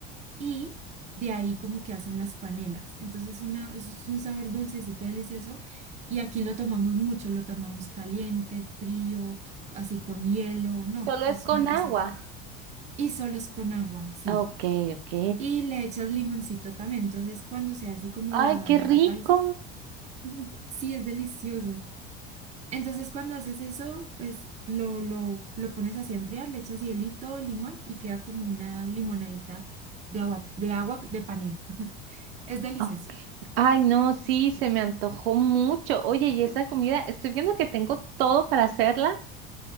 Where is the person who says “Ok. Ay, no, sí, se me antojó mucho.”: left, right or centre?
Right